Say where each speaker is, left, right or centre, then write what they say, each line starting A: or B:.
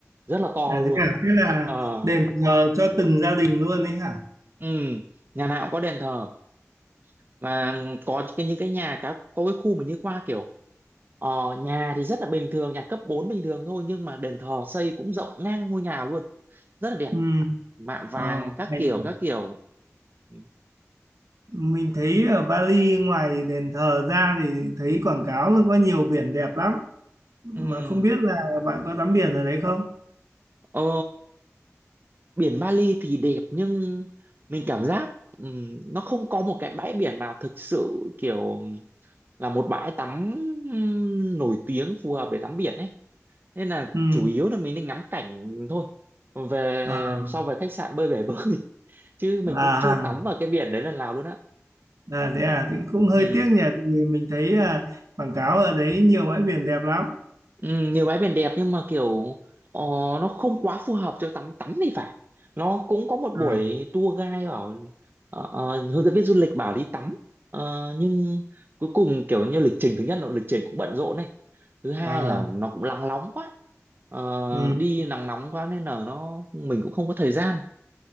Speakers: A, on the right; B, on the right.
A: rất là to
B: À,
A: luôn
B: thế à? Thế là
A: ờ
B: đền thờ cho từng gia đình luôn đấy hả?
A: ừ, nhà nào cũng có đền thờ và có cái những cái nhà có, có cái khu mình đi qua kiểu ờ, nhà thì rất là bình thường nhà cấp 4 bình thường thôi nhưng mà đền thờ xây cũng rộng ngang ngôi nhà luôn rất là đẹp
B: Ừ.
A: mạ vàng
B: Ờ,
A: các
B: hay
A: kiểu
B: nhỉ.
A: các kiểu ừ.
B: mình thấy ở Bali ngoài đền thờ ra thì thấy quảng cáo nó có nhiều biển đẹp lắm. mà
A: ừ.
B: không biết là bạn có tắm biển ở đấy không
A: Ờ, biển Bali thì đẹp nhưng mình cảm giác ừm, nó không có một cái bãi biển nào thực sự kiểu là một bãi tắm ừm, nổi tiếng phù hợp để tắm biển ấy nên là
B: ừ
A: chủ yếu là mình nên ngắm cảnh thôi về
B: à
A: sau về khách sạn bơi bể bơi <laughs> chứ mình
B: à
A: cũng chưa
B: à
A: tắm vào cái biển đấy lần nào luôn á
B: à, thế à thì cũng hơi
A: ừ
B: tiếc nhỉ tại vì mình thấy à, quảng cáo ở đấy nhiều bãi biển đẹp lắm
A: Ừ, nhiều bãi biển đẹp nhưng mà kiểu ờ, nó không quá phù hợp cho tắm tắm thì phải nó cũng có một buổi
B: à
A: tour guide bảo ờ, ờ, hướng dẫn viên du lịch bảo đi tắm Ờ, nhưng cuối cùng kiểu như lịch trình thứ nhất là lịch trình cũng bận rộn này thứ hai
B: à
A: là nó cũng nắng nóng quá Ờ,
B: ừ
A: đi nắng nóng quá nên là nó mình cũng không có thời gian